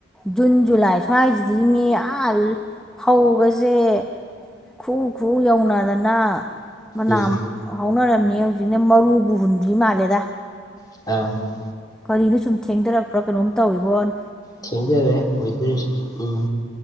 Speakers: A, in the centre; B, on the left (about 20°).
A: ꯖꯨꯟ ꯖꯨꯂꯥꯏ ꯁ꯭ꯋꯥꯏꯖꯤꯗꯤ ꯃꯤ ꯑꯥ ꯐꯧꯒꯖꯦ ꯈꯨ ꯈꯨ ꯌꯧꯅꯗꯅ ꯃꯅꯥꯝ
B: ꯎꯝ
A: ꯍꯧꯅꯔꯝꯃꯤ ꯍꯧꯖꯤꯛꯅ ꯃꯔꯨꯕꯨ ꯍꯨꯟꯗ꯭ꯔꯤ ꯃꯥꯜꯂꯦꯗ
B: <unintelligible>
A: ꯀꯔꯤꯅꯣ ꯁꯨꯝ ꯊꯦꯡꯗꯔꯛꯄ꯭ꯔ ꯀꯩꯅꯣꯝ ꯇꯧꯋꯤꯕꫭꯟ
B: ꯊꯦꯡꯗꯔꯦ ꯋꯦꯗꯔ ꯎꯝ